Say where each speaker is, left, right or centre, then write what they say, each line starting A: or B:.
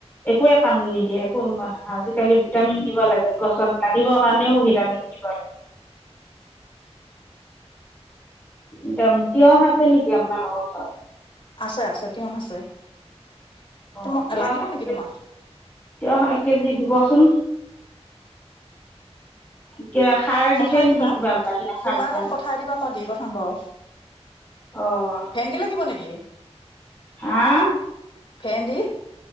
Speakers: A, on the left; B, on the left.
A: একোৱে কামি নিদিয়ে একো আজিকালি ভিটামিন দিব লাগে গছত লাগিবৰ কাৰণেও ভিটামিন দিব লাগে একদম তিয়হ আছে নেকি আপোনালোকৰ ঘৰত
B: আছে আছে তেওঁ আছে
A: অ
B: তোমাক
A: এতিয়া
B: লাগিব
A: এতিয়া
B: নেকি তোমাক
A: তঃ এক কেজি ৰুবচোন। কিবা সাৰ
B: পঠাই
A: দিছে নেকি
B: দিবা
A: কিবা বাহিৰা সাৰ
B: কোনোবা
A: চাৰ?
B: এজন পঠাই দিবা মই দি পঠাম বাৰু
A: অ',
B: ভেন্দি লাগিব নেকি? <inaudible>
A: হা
B: ভেন্দি